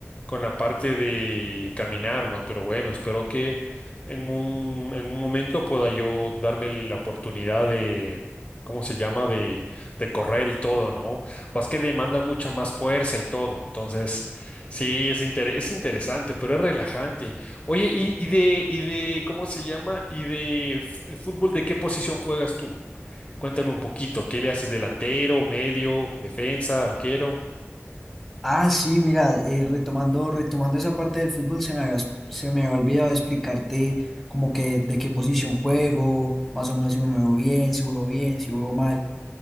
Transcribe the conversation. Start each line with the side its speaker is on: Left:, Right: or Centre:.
Left: con la parte de caminar, ¿no? Pero bueno, espero que en un, en un momento pueda yo darme la oportunidad de, ¿cómo se llama? De, de correr y todo, ¿no? Más que demanda mucha más fuerza y todo. Entonces, sí, es, inter- es interesante, pero es relajante. Oye, y, y de, y de, ¿cómo se llama? Y de f- fútbol, ¿de qué posición juegas tú? Cuéntame un poquito, ¿qué le haces delantero, medio, defensa, arquero?
Centre: Ah, sí, mira, eh, retomando, retomando esa parte del fútbol, se me había, se me había olvidado explicarte como que de qué posición juego, más o menos si me muevo bien, si juego bien, si juego mal.